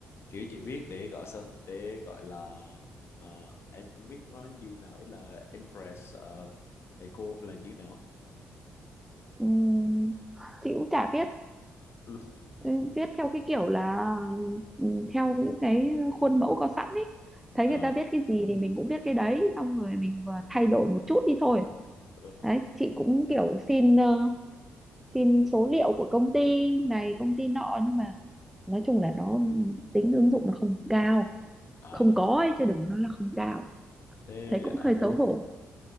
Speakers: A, on the left; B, in the centre.
A: kiểu chị viết để gọi sao để gọi là ờ, em cũng biết nó như nào ý là impress ờ, thầy cô hay là như nào
B: Ừm, chị cũng chả biết
A: Ừ.
B: ừ, viết theo cái kiểu là ừ, theo những cái khuôn mẫu có sẵn ấy thấy
A: à,
B: người ta viết cái gì thì mình cũng viết cái đấy xong rồi mình ờ, thay đổi một chút đi thôi
A: vâng.
B: đấy chị cũng kiểu xin ờ, xin số liệu của công ty này công ty nọ nhưng mà nói chung là nó tính ứng dụng nó không cao
A: à
B: không có ấy chứ đừng có nói là không cao
A: thế
B: thấy cũng
A: à,
B: hơi xấu hổ